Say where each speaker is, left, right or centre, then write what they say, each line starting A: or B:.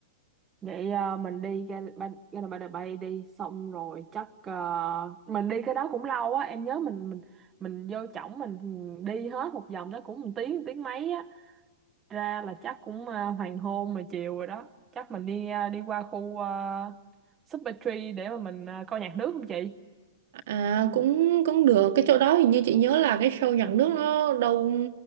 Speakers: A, on the right; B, on the right.
A: Vậy à, mình đi ra ban ra là ban bay đi xong rồi chắc à, mình đi cái đó cũng lâu á em nhớ mình mình mình vô trỏng mình đi hết một vòng đó cũng một tiếng một tiếng mấy á ra là chắc cũng à, hoàng hôn rồi chiều rồi đó chắc mình đi à, đi qua khu uh, Super Tree để mà mình à, coi nhạc nước không chị
B: à, cũng cũng được cái chỗ đó hình như chị nhớ là cái show nhạc nước nó đâu